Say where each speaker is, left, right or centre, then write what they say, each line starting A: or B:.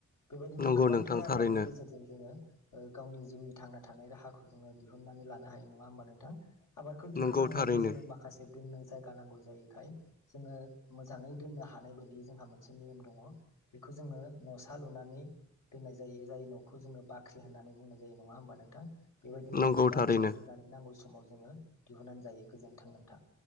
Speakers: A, on the left; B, on the left.
A: बेबायदिनो
B: नंगौ
A: गोबांथार
B: नोंथां थारैनो
A: आबादनि गेजेरजों जोङो ओ गावनि जिउनि थांना थानाय राहाखौ जोङो दिहुनन्नानै लानो हायो नङा होमबा नोंथां। आबादखौ दिखोखांनानै
B: नंगौ थारैनो
A: जोङो मा दोननो जायगा नांगौ जायैखाय जोङो मोजाङै दोननो हानाय बायदि जोंहा मोनसे नियम दङ बेखौ जोङो न'सा लुनानै दोननाय जायो जाय न'खौ जोङो बाख्रि होननानै बुंनाय जायो नङा होमबा नोंथां। बेबायदिनो
B: नंगौ
A: जोङो बाख्रियाव
B: थारैनो
A: दोननानै नांगौ समाव जोङो दिहुननानै जायो गोजोन्थों। थां।